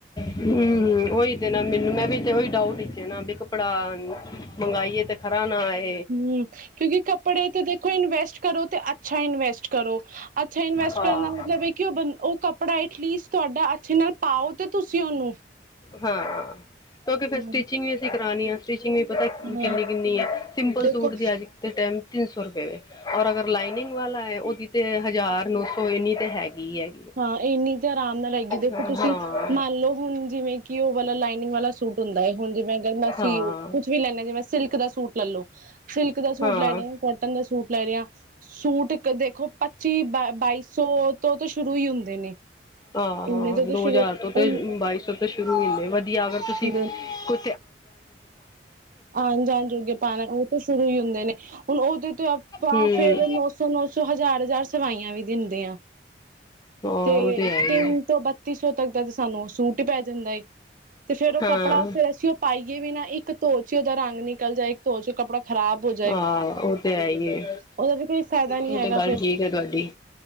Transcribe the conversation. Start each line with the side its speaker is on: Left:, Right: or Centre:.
Left: ਹੂੰ ਉਹੀ ਤੇ ਨਾ ਮੈਨੂੰ ਮੈਂ ਵੀ ਤੇ ਉਹੀ ਡਾਊਟ ਇਚੇ ਨਾ ਬਈ ਕ ਕੱਪੜਾ ਮੰਗਈਏ ਤੇ ਖਰਾ ਨਾ ਆਏ।
Right: ਹੂੰ, ਕਿਉਂਕਿ ਕੱਪੜੇ ਤੇ ਦੇਖੋ ਇਨਵੈਸਟ ਕਰੋ ਤੇ ਅੱਛਾ ਇਨਵੈਸਟ ਕਰੋ। ਅੱਛਾ ਇਨਵੈਸਟ
Left: ਹਾਂ
Right: ਕਰਨ ਨਾ ਮਤਲਬ ਇੱਕ ਕਿ ਉਹ ਬ ਉਹ ਕੱਪੜਾ ਐਟਲੀਸਟ ਤੁਹਾਡਾ ਅੱਛਏ ਨਾਲ ਪਾਓ ਤੇ ਤੁਸੀਂ ਉਹਨੂੰ।
Left: ਹਾਂ, ਕਿਉਂਕਿ ਫਿਰ
Right: ਹਾਂ
Left: ਸਟਿਚਿੰਗ ਵੀ ਅਸੀਂ ਕਰਾਣੀ ਆਂ। ਸਟਿਚਿੰਗ ਵੀ ਪਤਾ
Right: ਹੂੰ
Left: ਕਿੰਨੀ ਕਿੰਨੀ ਹੈ ਸਿੰਪਲ
Right: ਦੇਖੋ
Left: ਸੂਟ ਦੀ ਅੱਜ ਦੇ ਟਾਈਮ ਤਿੰਨ ਸੌ ਰੁਪਏ ਵੇ। ਔਰ ਅਗਰ ਲਾਈਨਿੰਗ ਵਾਲਾ ਹੈ ਉਹਦੀ ਤੇ ਹਜ਼ਾਰ ਨੋ ਸੌ ਇੰਨੀ ਤੇ ਹੈਗੀ ਏ।
Right: ਹਾਂ ਇੰਨੀ ਤਾਂ ਆਰਾਮ ਨਾਲ ਹੇਗੀਏ
Left: ਹਾਂ
Right: ਤੁਸੀਂ, ਮੰਨ ਲਓ ਹੁਣ ਜਿਵੇਂ ਕਿ ਉਹ ਵਾਲਾ ਲਾਈਨਿੰਗ ਵਾਲਾ ਸੁਟ। ਸੂਟ ਹੁੰਦਾ ਏ ਹੁਣ ਜਿਵੇਂ ਗਰਮੀ ਸੀ
Left: ਹਾਂ
Right: ਕੁਛ ਵੀ ਲੈਂਨੈ ਹਾਂ ਜਿਵੇਂ ਸਿਲਕ ਦਾ ਸੂਟ ਲੈ ਲੋ। ਸਿਲਕ ਦਾ ਸੂਟ
Left: ਹਾਂ
Right: ਲੈ ਰਹੀ ਆਂ ਕੋਟਨ ਦਾ ਸੂਟ ਲੈ ਰਹੇ ਆਂ, ਸੂਟ ਕ ਦੇਖੋ। ਪੱਚੀ ਬ ਬਾਈ ਸੌ ਤੋਂ ਤੌ ਸ਼ੁਰੂ ਹੀ ਹੁੰਦੇ ਨੇ
Left: ਆਹ ਹਾਂ
Right: ਇੰਨੇ ਤੋਂ ਤਾਂ
Left: ਦੋ
Right: ਸ਼ੁਰੂ
Left: ਹਜ਼ਾਰ ਤੋਂ ਤੇ
Right: ਹੁੰਦੇ
Left: ਬਾਈ ਸੌ ਤੋਂ ਸ਼ੁਰੂ ਹੁਂਦੇ ਵਧੀਆ ਅਗਰ ਤੁਸੀਂ
Right: ਨੇ
Left: ਕੁ
Right: ਆਉਣ ਜਾਣ ਜੋਗੇ ਪਾਣਾ ਉਹ ਤਾਂ ਸ਼ੁਰੂ ਹੀ ਹੁੰਦੇ ਨੇ, ਹੁਣ ਉਹਦੇ ਤੇ ਅਪ ਆਪਾਂ
Left: ਹੂੰ
Right: ਫੇਰ ਨੌ ਸੌ ਨੌ ਸੌ ਹਜ਼ਾਰ ਹਜ਼ਾਰ ਸਵਾਈਆਂ ਵੀ ਦਿੰਦੇ ਆਂ।
Left: ਹਾਂ
Right: ਤੇ
Left: ਉਹ ਹੈ ਹੀ
Right: ਤਿੰਨ
Left: ਹੈ।
Right: ਤੋਂ ਬਤ ਇਕੱਤੀ ਸੌ ਤੱਕ ਦਾ ਤੇ ਸਾਨੂੰ ਉਹ ਸੂਟ ਹੀ ਪੈ ਜਾਂਦਾ ਏ ਤੇ ਫੇਰ ਉਹ
Left: ਹਾਂ
Right: ਕੱਪੜਾ ਫੇਰ ਅਸੀਂ ਉਹ ਪਾਈ ਵੀ ਨਾ ਇੱਕ ਧੋ ਚ ਉਹਦਾ ਰੰਗ ਨਿਕਲ ਜਾਏ ਇੱਕ ਧੋ ਚ ਕੱਪੜਾ ਖ਼ਰਾਬ ਹੋ ਜਾਏ।
Left: ਹਾਂ ਉਹ ਤੇ ਹੈ ਹੀ ਹੈ
Right: ਉਹਦਾ ਵੀ ਕੋਈ ਫਾਇਦਾ ਨਹੀਂ
Left: ਉਹ
Right: ਹੈਗਾ
Left: ਤੇ
Right: ਫੇਿਰ
Left: ਗੱਲ ਠੀਕ ਐ, ਤੁਹਾਡੀ